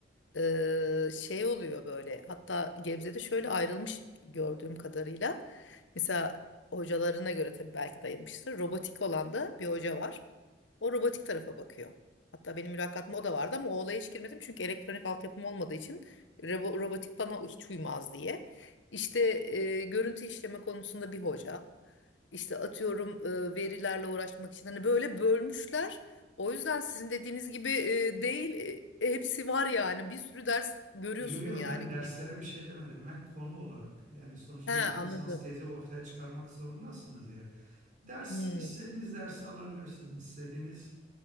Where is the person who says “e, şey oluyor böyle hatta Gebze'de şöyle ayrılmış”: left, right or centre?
Left